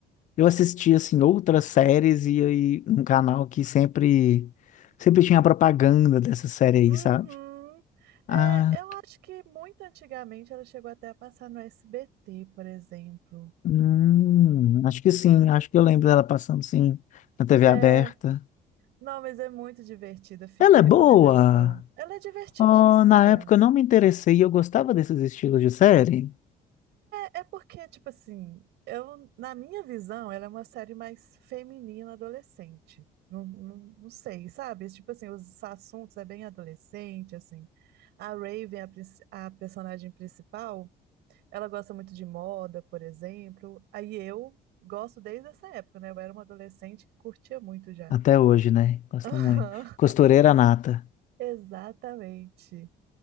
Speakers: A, on the left; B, on the right.
A: Eu assisti, assim, outras séries e aí um canal que sempre, sempre tinha propaganda dessa série aí,
B: Uhum.
A: sabe?
B: É,
A: Ah,
B: eu acho que muito antigamente ela chegou até a passar no SBT, por exemplo.
A: hum, acho que sim. Acho que eu lembro dela passando, sim, na TV
B: É,
A: aberta.
B: não, mas é muito divertida, fica
A: Ela
B: a
A: é
B: recomendação.
A: boa!
B: Ela é divertidíssima.
A: Oh, na época eu não me interessei, eu gostava desses estilos de série.
B: É, é porque, tipo assim, eu, na minha visão, ela é uma série mais feminina adolescente. Não, não, não sei, sabe? Tipo assim, os assuntos é bem adolescente, assim. A Raven, a, princi- a personagem principal, ela gosta muito de moda, por exemplo. Aí eu gosto desde essa época, né? Eu era uma adolescente que curtia muito já.
A: Até hoje, né? Gosto
B: Aham,
A: muito. Costureira
B: <laughs>
A: nata.
B: Exatamente.